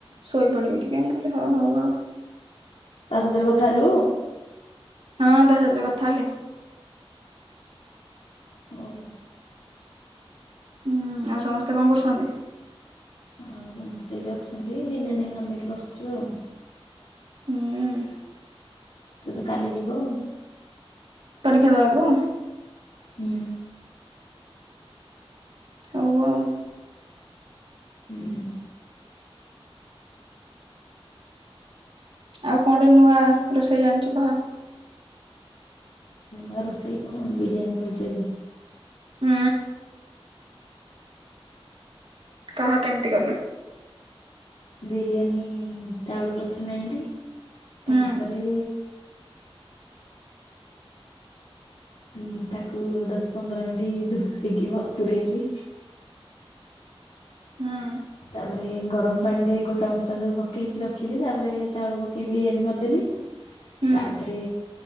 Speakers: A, on the right (about 65°); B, on the left (about 75°).
A: ଶୋଇ ପଡିବି ଟିକେ ମୁ କହିଲି ହଉ ହଉ ଆଉ।
B: ତା ସାଥିରେ କଥା ହେଲୁ?
A: ହଁ ତା ସାଥିରେ କଥା ହେଲି।
B: ହଉ।
A: ହୁଁ ଆଉ ସମସ୍ତେ କଣ କରୁଛନ୍ତି?
B: ଆଉ ସମସ୍ତେ ଏଇଠି ଅଛନ୍ତି ନିନ୍ନାନୀ ଘରେ ଆମେ ଏଇଠି ବସିଛୁ ଆଉ।
A: ହୁଁ।
B: ସେ ତ କାଲି ଯିବ ଆଉ।
A: ପରୀକ୍ଷା ଦବାକୁୁ?
B: ହୁଁ।
A: ହଉ ଆଉ।
B: ହୁଁ।
A: ଆଉ କଣ ଟେ ନୂଆ ରୋଷେଇ ଜାଣିଛୁ କହ?
B: ଆଉ ରୋଷେଇ କଣ ବିରିୟାନୀ କରୁଛି ଆଜି।
A: ହୁଁ। କହ କେମିତି କଲୁ?
B: ବିରିୟାନୀ ଚାଉଳ ପ୍ରଥମେ ଆଣିଲି
A: ହୁଁ
B: ତାପରେ ଉଁ ତାକୁ ଦଶ ପନ୍ଦର ମିନିଟ୍ ଧୋଇକି ବତୁରେଇଲି।
A: ହୁଁ।
B: ତାପରେ ଗରମ ପାଣିରେ ଗୋଟା ମସଲା ସବୁ ପକେଇକି ରଖିଲି ତାପରେ ଚାଉଳ ପକେଇକି ବିରିୟାନୀ କରିଦେଲି
A: ହୁଁ
B: ତାପରେ